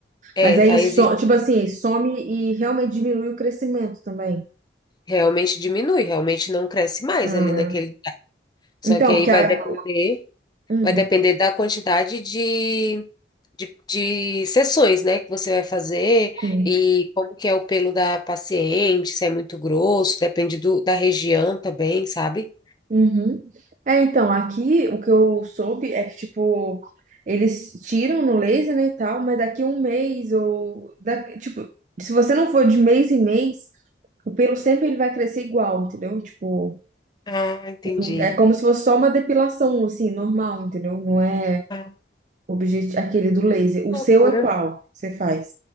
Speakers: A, on the left (about 25°); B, on the right (about 40°).
A: é,
B: mas aí,
A: aí
B: so,
A: existe,
B: tipo assim, some e realmente diminui o crescimento também.
A: realmente diminui, realmente não cresce mais
B: Ah,
A: ali naquele. Só
B: então,
A: que aí
B: porque
A: vai
B: a...
A: depender.
B: hum,
A: Vai depender da quantidade de, de, de sessões, né, que você vai fazer
B: sim.
A: e como que é o pelo da paciente, se é muito grosso, depende do, da região também, sabe?
B: Uhum. É, então, aqui o que eu soube é que, tipo, eles tiram no laser, né, e tal, mas daqui um mês ou... Da... Tipo, se você não for de mês em mês, o pelo sempre ele vai crescer igual, entendeu? Tipo,
A: Ah, entendi.
B: não- é como se fosse só uma depilação, assim, normal, entendeu? Não é
A: Ah,
B: objet... aquele do laser.
A: que
B: O
A: loucura.
B: seu é qual que você faz?